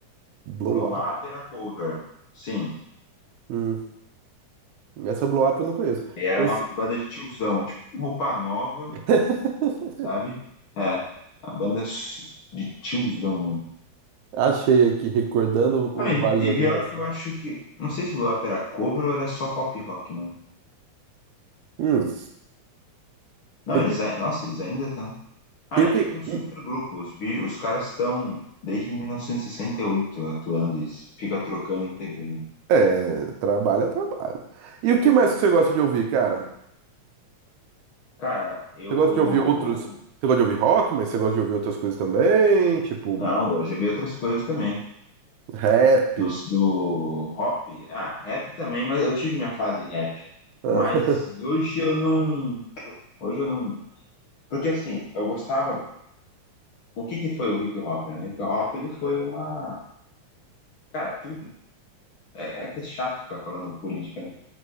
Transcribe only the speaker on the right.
Blow
Up.
Hum, essa Blow Up eu não conheço.
Esse-
<laughs>
Achei aqui, recordando
o
Vale
das
Massas.
Hum.
E o
que...
e o
que-
e-
É, trabalho é trabalho. E o que mais que você gosta de ouvir, cara?
Você gosta de ouvir outros... Você gosta de ouvir rock, mas você gosta de ouvir outras coisas também? Tipo...
Rap.
Ah,